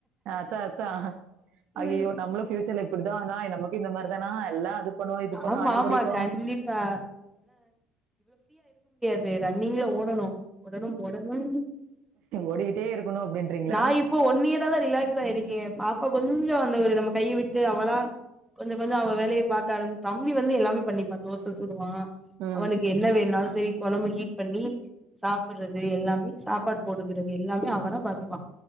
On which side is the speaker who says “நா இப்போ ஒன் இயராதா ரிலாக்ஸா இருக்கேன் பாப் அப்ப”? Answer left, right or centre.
Centre